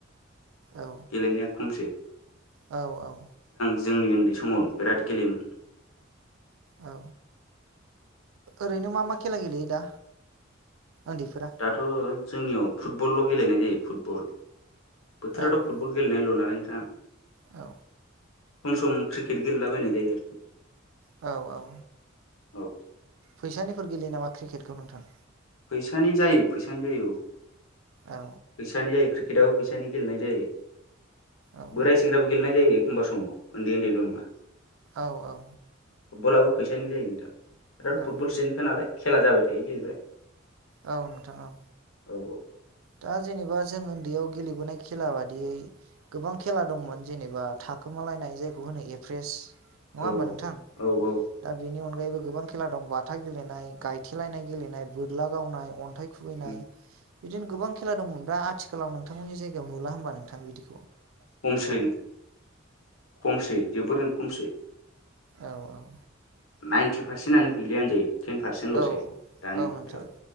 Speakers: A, on the right; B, on the left.
A: औ
B: गेलेनाया खमसेै
A: औ औ
B: जोंनि उन्दै समाव बिराद गेलेयोमोन
A: औ ओरैनो मा मा खेला गेलेयो दा उन्दैफोरा
B: दाथ' जोंनियाव फुटबलल' गेलेनाय जायो फुटबल बोथोराथ'
A: औ
B: फुटबल गेलेनायल' नालाय नोंथां
A: औ
B: सम सम क्रिकेट गेलेलाबायनाय जायो आरखि
A: औ औ
B: औ
A: फैसानिफोर गेलेयो नामा क्रिकेटखौ नोंथां
B: फैसानि जायो फैसानि जायो औ
A: औ
B: फैसानि जायो क्रिकेटआबो फैसानि गेलेनाय जायो
A: औ
B: बोराय सेंग्राबो गेलेनाय जायो एखमबा समाव उन्दै उन्दैल' नङा
A: औ औ
B: फुटबलाबो फैसानि जायो नोंथां दाथ'
A: औ
B: फुटबल साजेनटखा नालाय खेला जाबाय थायो जाहैबाय
A: औ नोंथां औ
B: औ
A: दा जेनेबा जों दैयाव गेलेबोनाय खेला बादियै गोबां खेला दंमोन जेनोबा थाखोमालायनाय जायखौ होनो ए फ्रेस नङा
B: औ
A: होमबा नोंथां
B: औ औ
A: दा बेनि अन गायैबो गोबां खेला दं बाथा गेलेनाय गायथेलायनाय गेलेनाय बोरला गावनाय अन्थाइ खुबैनाय
B: उम
A: बिदिनो गोबां खेला दंमोन दा आथिखालाव नोंथांमोननि जायगायाव नुला होनबा नोंथां बिदि
B: खमसै खमसै जोबोरैनो खमसै।
A: औ औ
B: नाइनटि पारसेन्टआनो गैलिया होनजायो। टेन पारसेन्टल'सै
A: औ
B: दानि
A: औ
B: बोथोराव
A: नोंथां